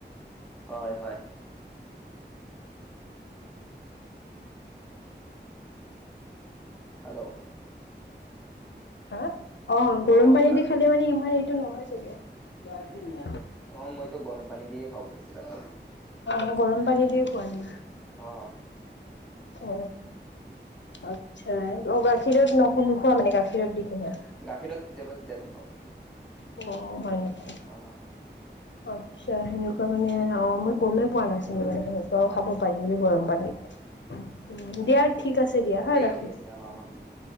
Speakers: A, in the centre; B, on the left.
A: হয়, হয়, হেল্ল',
B: হা অ
A: অ',
B: গৰম পানী
A: গাখীৰ
B: দি খালে মানে ইমান এইটো নহয় চাগে।
A: অ মইতো গৰম পানী দিয়ে খাওঁ বেছি ভাগ।
B: অ গৰম পানী দি খোৱা নি?
A: অ।
B: উ আচ্ছা অ গাখীৰত নো নোখোৱা মানে গাখীৰত দি কিনে?
A: গাখীৰত কেতিয়াবা কেতিয়াবা খাও।
B: অ হয় নেকি?
A: অ',
B: আচ্ছা সেনেকুৱা মানে অ মই গমেই পোৱা নাছ <unintelligible> সেনেকুৱাও
A: অ',
B: খাব পাৰি বুলি গৰম পানীত। উ দিয়া ঠিক আছে দিয়া হা ৰাখো।
A: ঠিক আছে অ, অ।